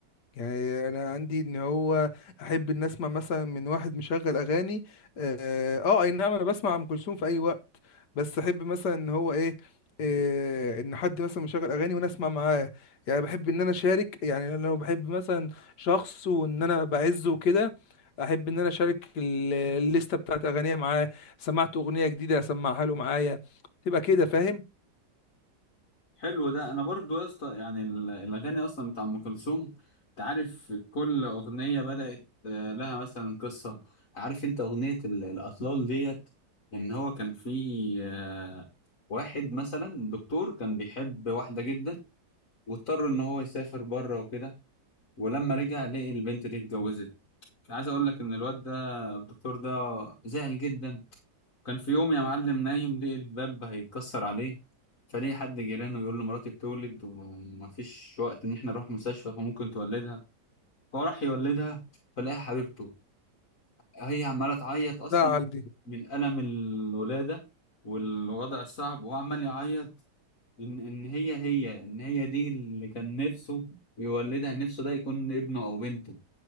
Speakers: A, on the left; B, on the left.
A: يعني انا عندي ان هو احب ان اسمع مثلا من واحد مشغل اغاني اه آه، اي نعم انا بسمع ام كلثوم في اي وقت بس احب مثلا ان هو ايه إيه ان حد مثلا مشغل اغاني وانا اسمع معاه يعني بحب ان انا اشارك يعني لو بحب مثلا شخص وان انا بعزه وكده احب ان انا اشارك ال- الليسته بتاعت اغانيه معاه سمعت اغنيه جديده اسمعها له معايا تبقى كده فاهم
B: حلو ده انا برضو يا اسطى يعني ال- الاغاني اصلا بتاع ام كلثوم انت عارف كل اغنيه بدات آه، لها مثلا قصه عارف انت اغنيه ال- الاطلال ديت ان هو كان في آه، واحد مثلا دكتور كان بيحب واحده جدا واضطر ان هو يسافر بره وكده ولما رجع لقي البنت دي اتجوزت عايز اقول لك ان الواد ده الدكتور ده زعل جدا كان في يوم يا معلم نايم لقي الباب هيتكسر عليه فليه حد جيرانه يقول له مراتي بتولد ومفيش وقت ان احنا نروح مستشفى فممكن تولدها فهو راح يولدها فلاقي حبيبته هي عماله تعيط اصلا
A: ده
B: من الم الولاده والوضع الصعب وهو عمال يعيط ان ان هي هي ان هي دي اللي كان نفسه يولدها نفسه ده يكون ابنه او بنته